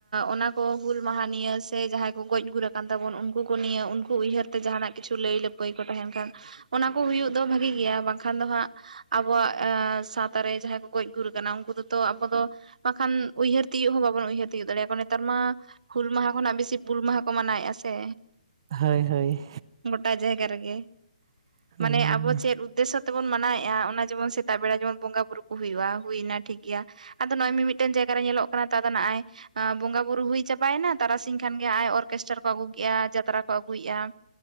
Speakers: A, on the right; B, on the right.
A: ᱚᱱᱟ ᱠᱚ ᱦᱩᱞ ᱢᱟᱦᱟ ᱱᱤᱭᱟᱹ ᱥᱮ ᱡᱟᱦᱟᱸᱭ ᱠᱚ ᱜᱚᱡ ᱜᱩᱨ ᱠᱟᱱ ᱛᱟᱵᱚᱱ ᱩᱱᱠᱩ ᱠᱚ ᱱᱤᱭᱟᱹ ᱩᱱᱠᱩ ᱩᱭᱦᱟᱹᱨ ᱛᱮ ᱡᱟᱦᱟᱱᱟᱜ ᱠᱤᱪᱷᱩ ᱞᱟᱹᱭ ᱞᱟᱹᱯᱟᱹᱭ ᱢᱮᱱᱠᱷᱟᱱ ᱚᱱᱟ ᱠᱚ ᱦᱩᱭᱩᱜ ᱫᱚ ᱵᱷᱟᱜᱤ ᱜᱮᱭᱟ ᱵᱟᱝᱠᱷᱟᱱ ᱫᱚ ᱦᱟᱸᱜ ᱟᱵᱚᱣᱟᱜ ᱥᱟᱶᱛᱟᱨᱮ ᱡᱟᱦᱟᱸᱭ ᱠᱚ ᱜᱚᱡ ᱜᱩᱨ ᱠᱟᱱᱟ ᱩᱱᱠᱩ ᱫᱚᱛᱚ ᱟᱵᱚ ᱫᱚ ᱵᱟᱠᱷᱟᱱ ᱩᱭᱦᱟᱹᱨ ᱛᱤᱭᱳᱜ ᱦᱚᱸ ᱵᱟᱵᱚᱱ ᱩᱭᱦᱟᱹᱨ ᱛᱤᱭᱳᱜ ᱫᱟᱲᱮᱭᱟᱠᱚᱣᱟ ᱱᱮᱛᱟᱨ ᱢᱟ ᱦᱩᱞ ᱢᱟᱦᱟ ᱠᱷᱚᱱᱟᱜ ᱵᱮᱥᱤ ᱯᱩᱞ ᱢᱟᱦᱟ ᱠᱚ ᱢᱟᱱᱟᱣᱮᱫᱼᱟ ᱥᱮ?
B: ᱦᱚᱭ ᱦᱚᱭ
A: ᱜᱚᱴᱟ ᱡᱟᱭᱜᱟ ᱨᱮᱜᱮ᱾ ᱢᱟᱱᱮ
B: ᱚᱱᱟᱜᱮ
A: ᱟᱵᱚ
B: ᱢᱟ
A: ᱪᱮᱫ ᱩᱫᱽᱫᱮᱥᱥᱚ ᱛᱮᱵᱚᱱ ᱢᱟᱱᱟᱣᱮᱫᱼᱟ ᱚᱱᱟ ᱡᱮᱢᱚᱱ ᱥᱮᱛᱟᱜ ᱵᱮᱲᱟ ᱡᱮᱢᱚᱱ ᱵᱚᱸᱜᱟ ᱵᱩᱨᱩ ᱠᱚ ᱦᱩᱭᱩᱜᱼᱟ ᱦᱩᱭᱮᱱᱟ ᱴᱷᱤᱠ ᱜᱮᱭᱟ᱾ ᱟᱫᱚ ᱱᱚᱜ ᱚᱭ ᱢᱤᱢᱤᱫᱴᱮᱱ ᱡᱟᱭᱜᱟ ᱨᱮ ᱧᱮᱞᱚᱜ ᱠᱟᱱᱟ ᱛᱚ ᱟᱫᱚ ᱱᱚᱜᱼᱚᱭ ᱵᱚᱸᱜᱟ ᱵᱩᱨᱩ ᱦᱩᱭ ᱪᱟᱵᱟᱭᱮᱱᱟ ᱛᱟᱨᱟᱥᱤᱧ ᱠᱷᱟᱱᱜᱮ ᱟᱭ ᱚᱨᱠᱮᱥᱴᱟᱨ ᱠᱚ ᱟᱹᱜᱩ ᱠᱮᱫᱟ ᱡᱟᱛᱨᱟ ᱠᱚ ᱠᱚ ᱟᱹᱜᱩᱭᱮᱫᱼᱟ